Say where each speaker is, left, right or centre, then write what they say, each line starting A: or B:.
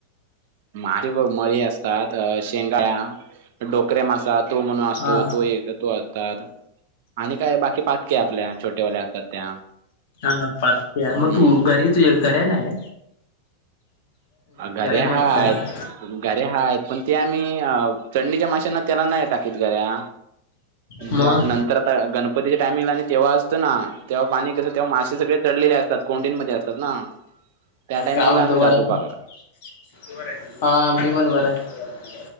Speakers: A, on the right (about 50°); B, on the left (about 50°).
A: माझी मळी असतात, शेंगाळ्या डोकऱेमसात. तो म्हणून असतो.
B: हा
A: तो एक तो असतात. आणि काय बाकी पातके, आपल्या छोटेवाल्या असतात त्या.
B: मग पाच त्या,
A: हम्म
B: मग तू घरीच ये घराया ना ये.
A: घऱ्या
B: नाही
A: हाय.
B: आहेत का
A: घऱ्या हायत पण ते आम्ही, अ चडणीच्या माशांना त्याला नाही टाकीत घऱ्या.
B: मग
A: जा नंतर, ता गणपतीचे टायमिंगला आणि तेव्हा असतं ना, तेव्हा पाणी कसं, तेव्हा मासे सगळे चडलेले असतात कोंडींनमध्ये असतात ना. <inaudible> टायमिंगला
B: काय म्हणतो,
A: आम्ही
B: बरा
A: जातो
B: हायस
A: बघा
B: नं. हा, मी पण बरांय.